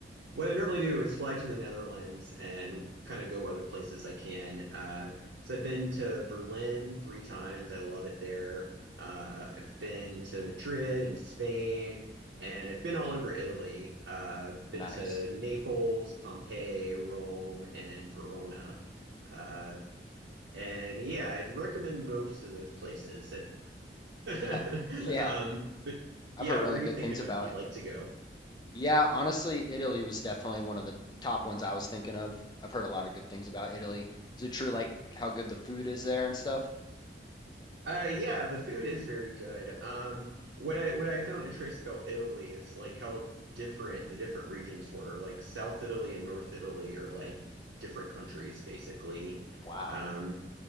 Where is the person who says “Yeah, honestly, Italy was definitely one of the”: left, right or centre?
Left